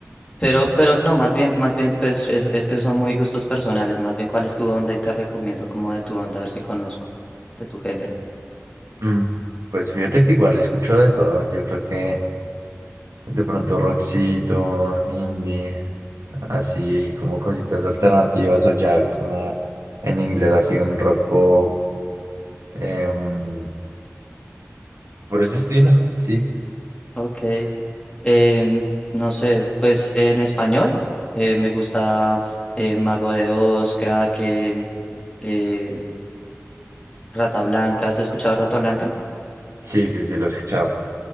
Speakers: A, on the left (about 20°); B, on the right (about 80°).
A: pero, pero no, más bien, más bien, pues es, es que son muy gustos personales, más bien cuál es tu onda y te recomiendo como de tu onda, a ver si conozco, de tu género.
B: Mm, Pues fíjate que igual escucho de todo, yo creo que de pronto rockcito, indie, así como cositas alternativas o ya como en inglés así un rock pop, em, por ese
A: Ok,
B: estilo, sí.
A: ok. Em, no sé, pues en español eh, me gusta eh, Mago de Oz, Kraken, eh, Rata Blanca. ¿Has escuchado Rata Blanca?
B: Sí, sí, sí, lo he escuchado.